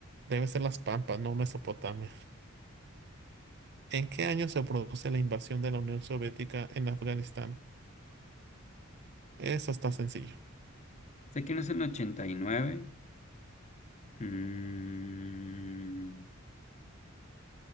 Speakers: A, on the right; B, on the left.
A: Debe ser las Pampas, no Mesopotamia. ¿En qué año se produce la invasión de la Unión Soviética en Afganistán? Eso está sencillo.
B: Sé que no es el 89. Mm,